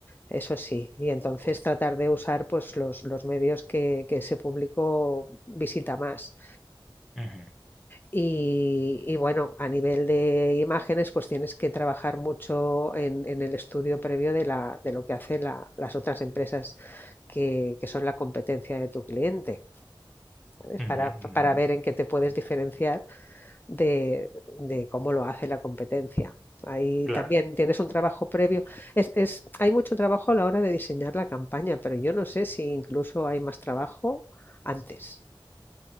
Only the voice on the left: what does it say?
eso sí, y entonces tratar de usar pues los, los medios que, que ese público visita más.
Y, y bueno, a nivel de imágenes, pues tienes que trabajar mucho en, en el estudio previo de, la, de lo que hacen la- las otras empresas que, que son la competencia de tu cliente, ¿sabes?
Para, para
ver en qué te puedes diferenciar de, de cómo lo hace la competencia. Ahí
también tienes un trabajo previo. Es, es- hay mucho trabajo a la hora de diseñar la campaña, pero yo no sé si incluso hay más trabajo antes,